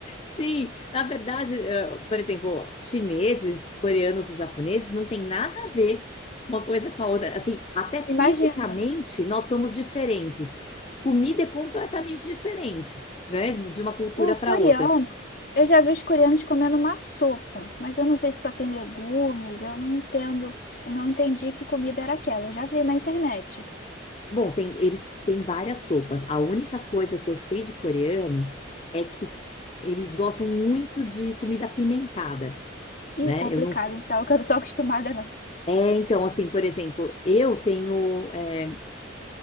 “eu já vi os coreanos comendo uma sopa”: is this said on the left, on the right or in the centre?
Left